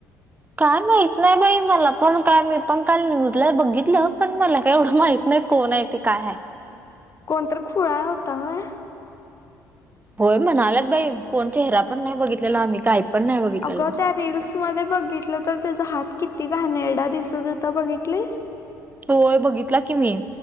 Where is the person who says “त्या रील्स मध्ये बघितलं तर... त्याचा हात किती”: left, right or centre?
Left